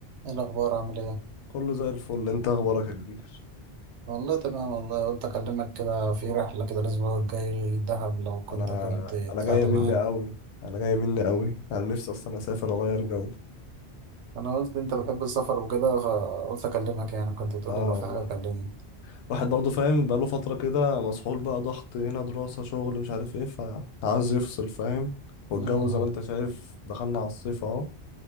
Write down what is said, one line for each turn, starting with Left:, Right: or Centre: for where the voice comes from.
Right: ايه الاخبار عامل ايه
Left: كله زي الفل انت اخبارك يا كبير
Right: والله تمام والله قلت اكلمك كده في رحله كده الاسبوع الجاي دهب لو كنت
Left: انا
Right: كنت طلعت
Left: انا جايه مني
Right: معانا
Left: قوي انا جايه مني قوي انا نفسي اصلا اسافر واغير جو
Right: انا قلت انت بتحب السفر وكده فقلت اكلمك يعني كنت بتقول
Left: اه
Right: لي لو في
Left: والله
Right: حاجه كلمني
Left: واحد برضه فاهم بقاله فتره كده مسحول بقى ضغط هنا دراسه شغل مش عارف ايه فعاوز يفصل فاهم والجو
Right: امم
Left: زي ما انت شايف دخلنا على الصيف اهو